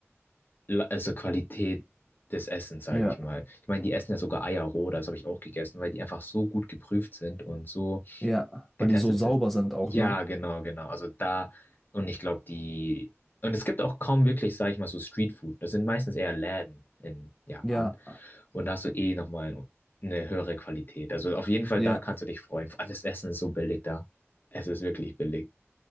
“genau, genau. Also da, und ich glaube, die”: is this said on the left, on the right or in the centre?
Left